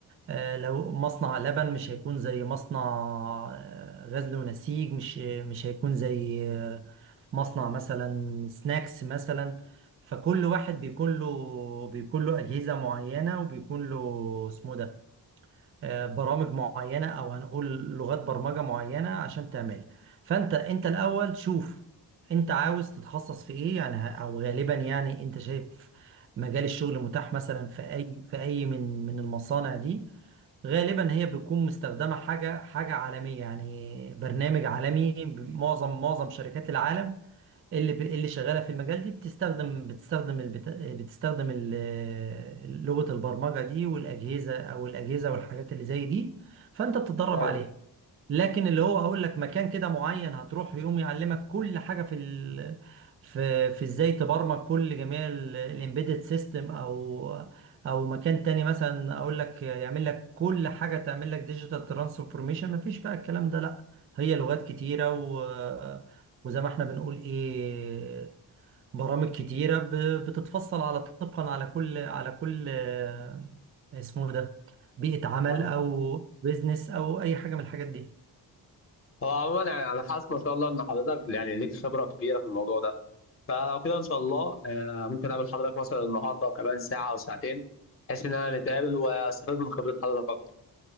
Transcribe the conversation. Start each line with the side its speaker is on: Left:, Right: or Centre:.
Right: آه، لو مصنع لبن مش هيكون زي مصنع آه، غزل ونسيج مش مش هيكون زي آه، مصنع مثلا سناكس مثلا فكل واحد بيكون له بيكون له أجهزة معينة وبيكون له اسمه ده آه، برامج معينة أو هنقول لغات برمجة معينة عشان تعملها فأنت أنت الأول شوف أنت عاوز تتخصص في إيه يعني ه- أو غالبا يعني أنت شايف مجال الشغل متاح مثلا في أي في أي من من المصانع دي غالبا هي بتكون مستخدمة حاجة حاجة عالمية يعني برنامج عالمي ب- معظم معظم شركات العالم اللي ب... اللي شغالة في المجال دي بتستخدم بتستخدم البت... بتستخدم ال- لغة البرمجة دي والأجهزة أو الأجهزة والحاجات اللي زي دي فأنت بتتدرب
Left: ايوه
Right: عليها لكن اللي هو هقول لك مكان كده معين هتروح يقوم يعلمك كل حاجه في ال... في في ازاي تبرمج كل جميع الامبيدد سيستم او او مكان تاني مثلا اقول لك يعمل لك كل حاجه تعمل لك ديجيتال ترانسفورميشن مفيش بقى الكلام ده لا هي لغات كتيره و... وزي ما احنا بنقول ايه برامج كتيره ب... بتتفصل على طبقا على كل على كل آه، اسمه ده بيئه عمل
Left: فاهم.
Right: او بيزنس او اي حاجه من الحاجات دي
Left: هو عموما يعني انا حاسس ما شاء الله ان حضرتك يعني ليك خبره كبيره في الموضوع ده فلو كده ان شاء الله آه، ممكن اقابل حضرتك مثلا النهارده وكمان ساعه او ساعتين بحيث ان انا نتقابل واستفاد من خبره حضرتك اكتر